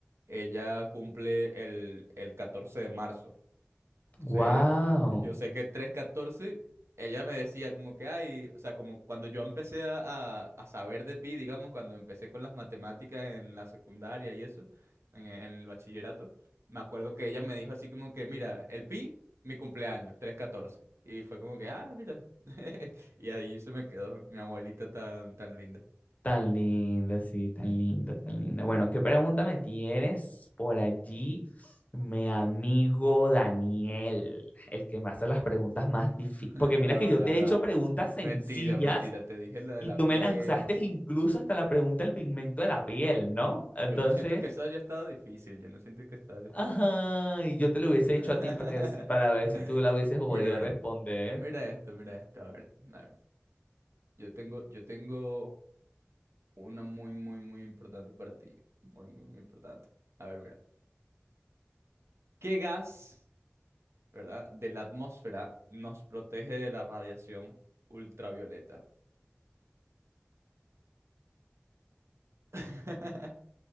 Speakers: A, on the right; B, on the left.
A: Ella cumple el, el 14 de marzo. Entonces,
B: Wow.
A: eh, yo sé que tres catorce ella me decía como que, ay, o sea, como cuando yo empecé a, a- a saber de pi, digamos, cuando empecé con las matemáticas en la secundaria y eso, en, en el bachillerato, me acuerdo que ella me dijo así como que, mira, el pi, mi cumpleaños, tres catorce Y fue como que, ah, mira. <laughs> Y ahí se me quedó mi abuelita tan, tan linda.
B: Tan linda, sí, tan linda, tan linda. Bueno, ¿qué pregunta me tienes por allí, mi amigo Daniel? El que me hace las preguntas más difíciles.
A: <laughs>
B: Porque
A: No,
B: mira que yo
A: no,
B: te he
A: no.
B: hecho preguntas sencillas
A: Mentira, mentira. Te dije lo de
B: y
A: la
B: tú me
A: piel.
B: lanzaste incluso hasta la pregunta del pigmento de la piel, ¿no? Entonces,
A: Yo no siento que eso haya estado difícil. Yo no siento que estaba difícil.
B: ajá, y yo te lo hubiese
A: <laughs>
B: hecho a ti para que, si- para ver si tú la hubieses podido
A: Mira, mira.
B: responder.
A: Mira esto, mira esto. A ver, a ver. Yo tengo, yo tengo una muy, muy, muy importante para ti. Muy, muy, muy importante. A ver, mira. ¿Qué gas, verdad, de la atmósfera nos protege de la radiación ultravioleta? <laughs>